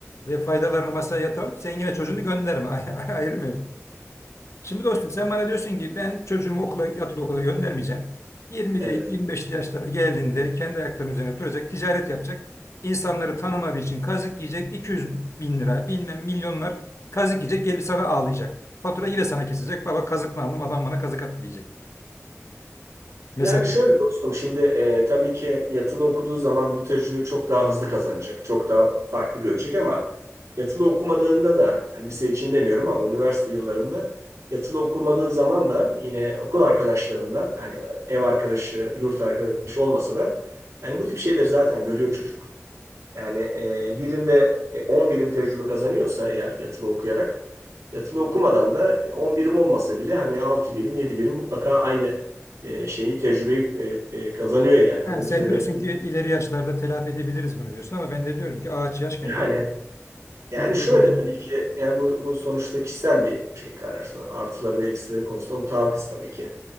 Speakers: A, on the left (about 65°); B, on the right (about 80°).
A: ve faydalarını masaya yatıralım. Sen yine çocuğunu gönderme. <laughs> Ayırmıyoruz. Şimdi dostum sen bana diyorsun ki ben çocuğumu okula, yatılı okula göndermeyeceğim. 20'li
B: Evet.
A: 25'li yaşlara geldiğinde kendi ayaklarının üzerine duracak, ticaret yapacak. İnsanları tanımadığı için kazık yiyecek, 200 bin lira bilmem milyonlar kazık yiyecek, gelip sana ağlayacak. Fatura yine sana kesecek, baba kazıklandım adam bana kazık attı diyecek. Mesela
B: Yani şöyle dostum şimdi e, tabii ki yatılı okuduğu zaman bu tecrübeyi çok daha hızlı kazanacak. Çok daha farklı görecek ama yatılı okumadığında da hani lise için demiyorum ama üniversite yıllarında yatılı okumadığı zaman da yine okul arkadaşlarından hani ev arkadaşı, yurt arkadaşı olmasa da yani bu tip şeyleri zaten görüyor çocuk. Yani e, birinde e, 10 birim tecrübe kazanıyorsa eğer yatılı okuyarak, yatılı okumadan da e, 10 birim olmasa bile hani 6 birim, 7 birim mutlaka aynı e, şeyi tecrübeyi e, e, kazanıyor yani öyle
A: yani sen
B: söylenebilir.
A: diyorsun ki ileri yaşlarda telafi edebiliriz bunu diyorsun ama ben de diyorum ki ağaç yaşken
B: Yani
A: eğilir.
B: yani
A: Ne kadar
B: şöyle tabii ki yani bu bu sonuçta kişisel bir şey karar. Artıları ve eksileri konusunda mutabıkız tabii ki.